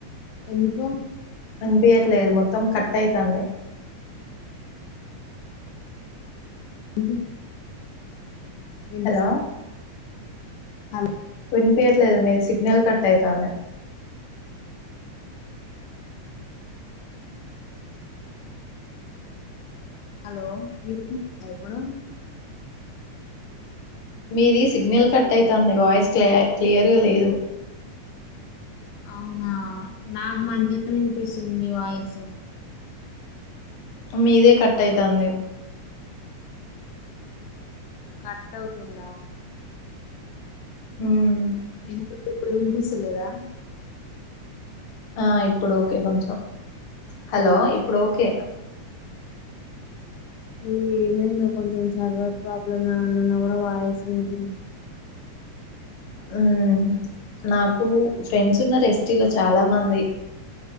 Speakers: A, on the left (about 80°); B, on the left (about 50°).
A: ఎందుకో
B: వినిపయ్యట్లేదు మొత్తం కట్ అయితంది
A: <unintelligible> వినిపిస్
B: హలో
A: హలో
B: వినిపియ్యట్లే ట్లేదు లేదు మీది సిగ్నల్ కట్ అయితంది
A: హలో విన్పిస్తుందా ఇప్పుడు
B: మీది సిగ్నల్ కట్ అయితాంది వాయిస్ క్ క్లియర్గా లేదు
A: అవునా నాకు మంచిగా వినిపిస్తుంది మీవాయసు
B: మీదే కట్ అయితాంది
A: కట్ అవుతుందా
B: హ్మ్
A: ఎం ఇప్పుడు వినపిస్తులేదా
B: ఆ ఇప్పుడు ఓకే కొంచెం హలో ఇప్పుడు ఓకే
A: ఇది ఏమైందో కొంచెం సర్వర్ ప్రాబ్లమ్ అన్న కూడా వాయిస్ విని
B: హ్మ్ నాక్ కు ఫ్రెండ్స్ ఉన్నారు ఎస్టీలో చాలా మంది